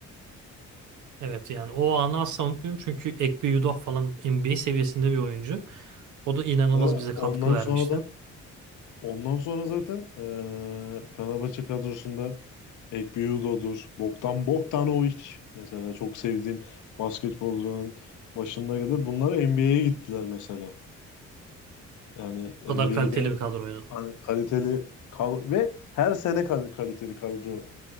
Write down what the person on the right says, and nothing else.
Evet yani o anı asla unutmuyorum çünkü Ekpe Udoh falan NBA seviyesinde bir oyuncu. O da inanılmaz
bize
katkı vermişti.
O kadar kaliteli bir kadroydu.